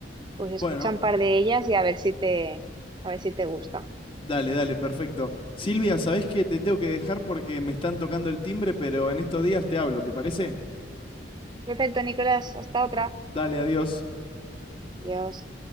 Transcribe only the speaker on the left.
Bueno,
dale, dale, perfecto. Silvia, ¿sabés que te tengo que dejar porque me están tocando el timbre, pero en estos días te hablo, ¿te parece?
Dale, adiós.